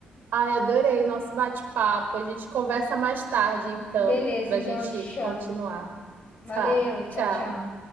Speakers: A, on the right; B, on the left.
A: ai, adorei o nosso bate-papo. A gente conversa mais tarde, então,
B: Beleza,
A: para
B: então
A: a gente
B: eu te chamo.
A: continuar.
B: Valeu,
A: Tá,
B: tchau,
A: tchau.
B: tchau.